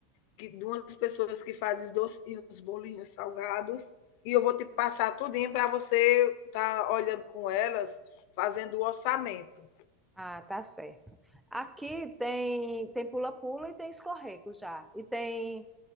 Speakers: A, on the left (about 60°); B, in the centre.
A: que, de umas pessoas que fazem os docinhos, bolinhos salgados, e eu vou te passar tudinho para você estar tá olhando com elas, fazendo o orçamento.
B: Ah, tá certo. Aqui tem tem pula-pula e tem escorrego já. E tem